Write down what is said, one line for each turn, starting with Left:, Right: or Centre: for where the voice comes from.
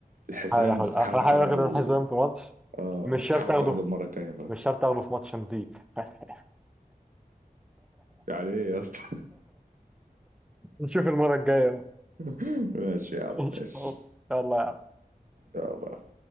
Right: الحزام
Centre: هحاول
Right: تحاول
Centre: اخد هحاول
Right: تاخده
Centre: اخد الحزام في ماتش
Right: اه
Centre: مش شرط
Right: تحاول
Centre: اخده
Right: تاخده
Centre: في...
Right: المره الجايه بقى
Centre: مش شرط اخده في ماتش نضيف <laughs>
Right: يعني ايه يا اسطى
Centre: نشوف المره الجايه <laughs>
Right: <laughs> ماشي يا عم
Centre: إن شاء
Right: ماشي
Centre: الله. يلا يا عم.
Right: يا الله